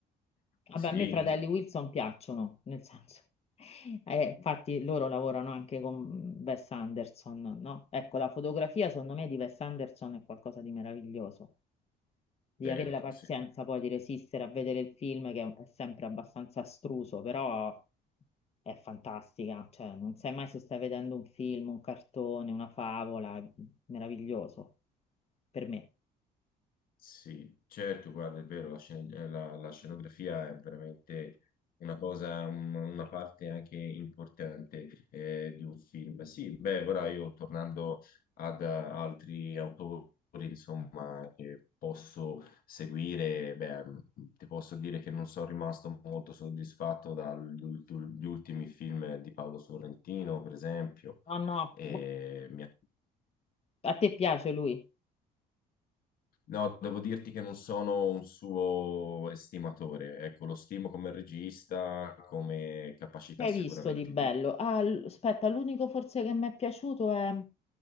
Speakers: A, on the left; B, on the left.
A: Vabbè,
B: sì,
A: a me i fratelli
B: sì,
A: Wilson piacciono, nel senso, eh, infatti loro lavorano anche con Wes Anderson, no? Ecco, la fotografia secondo me di Wes Anderson è qualcosa di meraviglioso. Di
B: certo,
A: avere la pazienza
B: sì,
A: poi di resistere a vedere il film che è sempre abbastanza astruso, però è fantastica, cioè non sai mai se stai vedendo un film, un cartone, una favola, è meraviglioso per me.
B: sì, certo, guarda, è vero, la, scen- eh, la- la scenografia è veramente una cosa, un- una parte anche importante eh, di un film. Sì, beh, ora io tornando ad eh, altri autori, insomma, che posso seguire, beh, ti posso dire che non sono rimasto molto soddisfatto dagli ulti- gli ultimi film di Paolo Sorrentino, per esempio.
A: No, no,
B: E mi ha
A: a te piace lui?
B: No, devo dirti che non sono un suo estimatore. Ecco, lo stimo come regista, come capacità
A: Che hai
B: sicuramente
A: visto di bello? Ah, l- aspetta, l'unico forse che mi è piaciuto è...